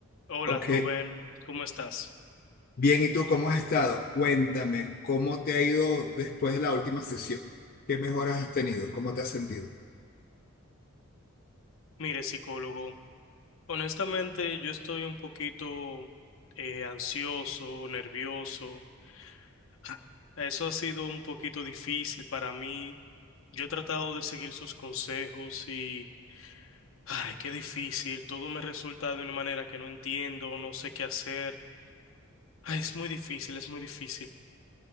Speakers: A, on the left (about 65°); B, on the left (about 40°).
A: Hola
B: Ok,
A: Rubén, ¿cómo estás?
B: bien, ¿y tú cómo has estado? Cuéntame, ¿cómo te ha ido después de la última sesión? ¿Qué mejoras has tenido? ¿Cómo te has sentido?
A: Mire, psicólogo, honestamente yo estoy un poquito eh, ansioso, nervioso. <laughs> Eso ha sido un poquito difícil para mí. Yo he tratado de seguir sus consejos y, ay, qué difícil. Todo me resulta de una manera que no entiendo, no sé qué hacer. Ay, es muy difícil, es muy difícil.